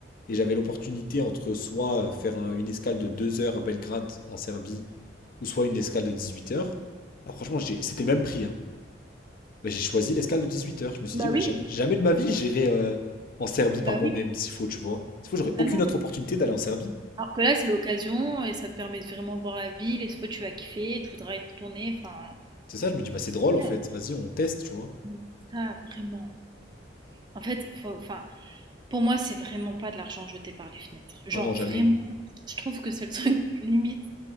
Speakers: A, on the left (about 50°); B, on the right (about 25°).
A: et j'avais l'opportunité entre soit euh, faire un- une escale de 2 heures à Belgrade en Serbie ou soit une escale de 18 heures. Bah, franchement, j'ai- c'était le même prix, hein. Bah, j'ai choisi l'escale de 18 heures. Je me suis
B: Bah,
A: dit, bah,
B: oui,
A: jamais, jamais de ma vie j'irai euh, en Serbie
B: bah,
A: par moi-même
B: oui,
A: s'il faut, tu vois. S'il faut, j'aurais
B: totalement.
A: aucune autre opportunité d'aller en Serbie.
B: Alors que là, c'est l'occasion et ça te permet de vraiment voir la ville et cette fois, tu vas kiffer, tu voudras y retourner, enfin,
A: C'est ça, je me dis, bah c'est drôle en
B: ouais,
A: fait, vas-y, on teste, tu vois.
B: mais c'est ça, vraiment. En fait, faut- enfin, pour moi, c'est vraiment pas de l'argent jeté par les fenêtres. Genre
A: Non, non, jamais.
B: vraiment, je trouve que c'est le truc <laughs> limite